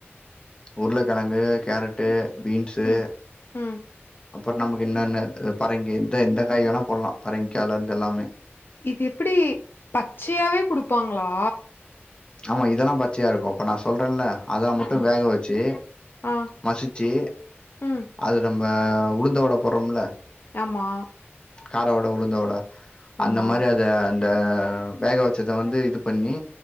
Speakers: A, on the left; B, on the left.
A: உர்ளகெழங்கு கேரட்டு பீன்ஸு
B: ம், ம்.
A: அப்றோ நமக்கு என்னென்ன பரங்கி எ எந்த காய் வேணா போட்லா. பரங்கிக்கால இருந்து எல்லாமே
B: இது எப்டி பச்சையாவே குடுப்பாங்களா
A: ஆமா இதெல்லா பச்சயா இருக்கு. இப்ப நா சொல்றல அதல மட்டு
B: ஆமா.
A: வேக வெச்சி
B: ஆ,
A: மசிச்சு
B: ம்.
A: அது நம்ப உளுந்த வட போடுறோமுல
B: ஆமா
A: கார வட உளுந்த வட அந்த
B: ஆமா.
A: மாரி அ த அந்த வேக வச்சத வந்து இது பண்ணி